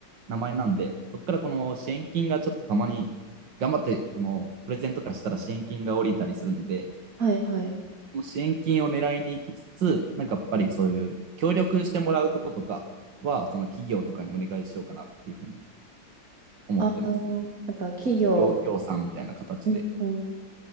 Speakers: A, on the right; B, on the right.
A: 名前なんで、そこからこの支援金がちょっとたまに、頑張って、このプレゼント化したら支援金が降りたりするんで、
B: はい、はい。
A: この支援金を狙いに行きつつ、なんかやっぱりそういう協力してもらうこととかは、その企業とかにお願いしようかなっていうふうに思ってますね。
B: あ、うんやっぱ企業。
A: 企業協賛みたいな形で。
B: うん、うん。